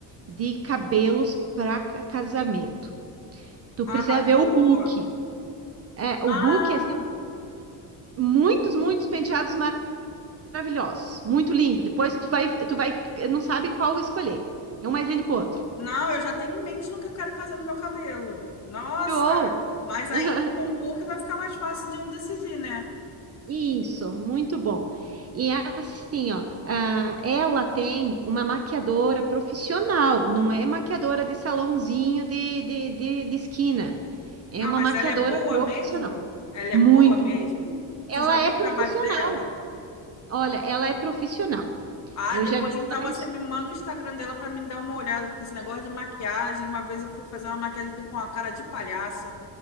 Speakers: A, on the right; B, on the left.
A: de cabelos para casamento. Tu precisa
B: Arrasou.
A: ver o book. É, o
B: Ah,
A: book é assim, muitos, muitos penteados maravilhosos, muito lindo. Depois tu vai, tu vai, não sabe qual escolher. É um mais lindo que o outro.
B: não, eu já tenho em mente no que eu quero fazer no meu cabelo. Nossa,
A: Show!
B: mas aí
A: <laughs>
B: com o book vai ficar mais fácil de eu decidir, né?
A: Isso, muito bom. E é assim, ó, ah, ela tem uma maquiadora profissional, não é maquiadora de salãozinho de, de, de, de esquina. É
B: Não,
A: uma
B: mas
A: maquiadora
B: ela é boa
A: profissional.
B: mesmo? Ela
A: Muito
B: é boa mesmo?
A: boa. Ela
B: Tu já viu
A: é
B: o
A: profissional.
B: trabalho dela?
A: Olha, ela é profissional.
B: Ah,
A: Eu
B: depois
A: já vi
B: então
A: vários.
B: você me manda o Instagram dela pra me dar uma olhada, porque esse negócio de maquiagem, uma vez eu fui fazer uma maquiagem e fiquei com uma cara de palhaça.